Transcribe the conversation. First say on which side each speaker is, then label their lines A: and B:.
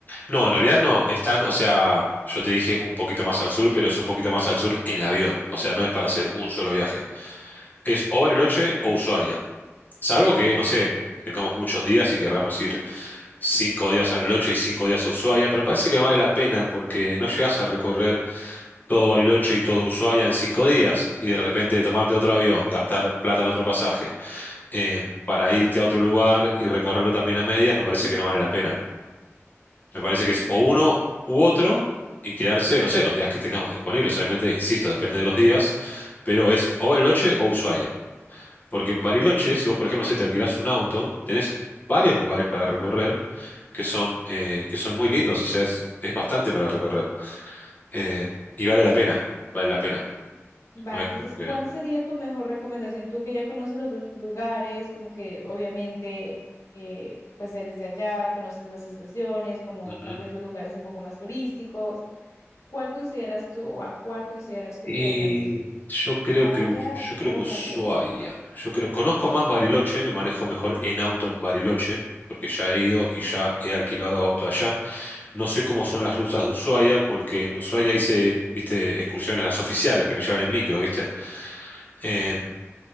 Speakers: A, on the left; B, on the left.
A: No, en realidad no, están, o sea, yo te dije un poquito más al sur, pero es un poquito más al sur en avión, o sea, no es para hacer un solo viaje. Es o Bariloche o Ushuaia. Salvo que, no sé, tengamos muchos días y querramos ir cinco días a Bariloche y cinco días a Ushuaia, pero me parece que no vale la pena porque no llegás a recorrer todo Bariloche y todo Ushuaia en cinco días y de repente tomarte otro avión, gastar plata en otro pasaje, eh, para irte a otro lugar y recorrerlo también a medias, me parece que no vale la pena. Me parece que
B: Ok.
A: es o uno u otro y quedarse, no sé, los días que tengamos disponibles. Obviamente, insisto, depende de los días, pero es o Bariloche o Ushuaia. Porque en Bariloche, si vos, por ejemplo, no sé, te alquilás un auto, tenés varios lugares para recorrer que son, eh, que son muy lindos, o sea, es, es bastante para recorrer. Eh, y vale la pena, vale la pena.
B: Va,
A: No
B: entonces,
A: es como que.
B: ¿cuál sería tu mejor recomendación? Tú que ya conoces los dos lugares, como que obviamente, eh, pues eres de allá, conoces las estaciones, como
A: Ujú.
B: tal vez los lugares un poco más turísticos. ¿Cuál consideras tú o a cuál consideras tú
A: Y
B: que deberíamos de ir?
A: yo creo
B: ¿Ushuaia
A: que Us- yo creo
B: o
A: que Ushuaia.
B: Bariloche?
A: Yo creo, conozco más Bariloche, me manejo mejor en auto en Bariloche, porque ya he ido y ya he alquilado auto allá. No sé cómo son las rutas de Ushuaia, porque en Ushuaia hice, viste, excursiones las oficiales que me llevan en micro, ¿viste? eh,